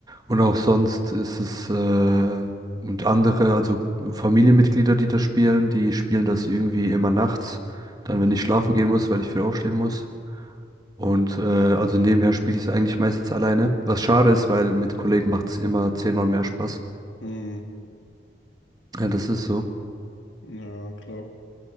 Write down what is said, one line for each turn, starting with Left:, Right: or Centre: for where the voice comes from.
Right: und auch sonst ist es äh, und andere, also Familienmitglieder, die das spielen, die spielen das irgendwie immer nachts, dann wenn
Left: Mhm.
Right: ich schlafen gehen muss, weil ich früh aufstehen muss. Und äh, also nebenher spiele ich es eigentlich meistens alleine. Was schade ist, weil mit Kollegen macht es immer zehnmal mehr Spaß.
Left: Mhm.
Right: Ja, das ist so.
Left: Ja, klar.